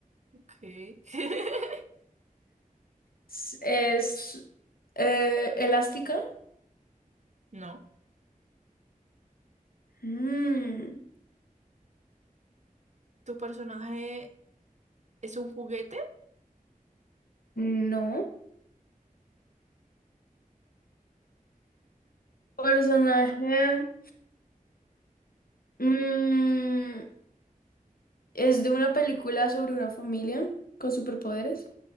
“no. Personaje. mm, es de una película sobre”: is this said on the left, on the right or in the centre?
Left